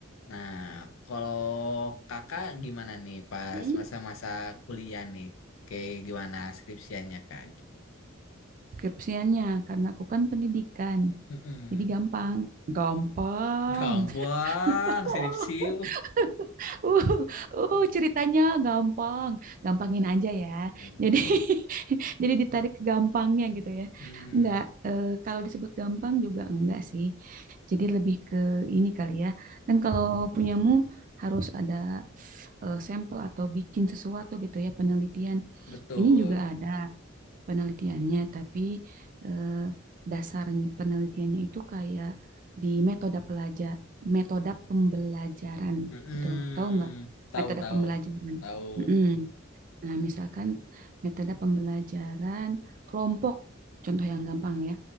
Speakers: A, on the left (about 75°); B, on the right (about 40°).
A: Nah, kalau kakak gimana nih pas
B: Mm.
A: masa-masa kuliah nih? Kayak gimana skripsiannya kak?
B: Skripsiannya, karena aku kan pendidikan,
A: Mm-mm.
B: jadi gampang. Gampang.
A: Gampang,
B: <laughs>
A: sirip siu.
B: <laughs> Uh, uh, ceritanya gampang, gampangin aja ya.
A: Mm-mm.
B: Jadi <laughs> jadi ditarik ke gampangnya gitu ya.
A: Mm-mm.
B: Enggak eh, kalau disebut gampang juga enggak sih. Jadi lebih ke ini kali ya. Kan kalau punyamu harus ada eh, sampel atau bikin sesuatu gitu ya penelitian.
A: Betul.
B: Ini juga ada penelitiannya, tapi eh, dasarnya penelitiannya itu kayak di metode pelajar metode pembelajaran
A: Mm-mm.
B: gitu. Tahu nggak?
A: Tahu
B: Metode
A: tahu
B: pembelajaran.
A: tahu.
B: Mm-mm. Nah, misalkan metode pembelajaran kelompok, contoh yang gampang ya.